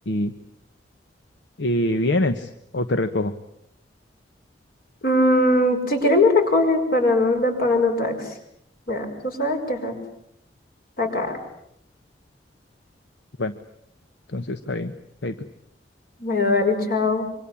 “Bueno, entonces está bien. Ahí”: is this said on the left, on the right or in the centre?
Left